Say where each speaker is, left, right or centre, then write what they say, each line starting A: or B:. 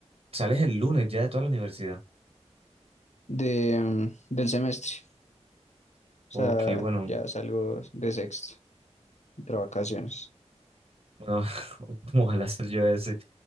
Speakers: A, on the right; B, on the left.
A: sales el lunes ya de toda la universidad.
B: de, mm, del semestre. O
A: Ok,
B: sea,
A: bueno,
B: ya salgo de sexto, de vacaciones.
A: Bueno, <laughs> ¿cómo ojalá hacer yo ese.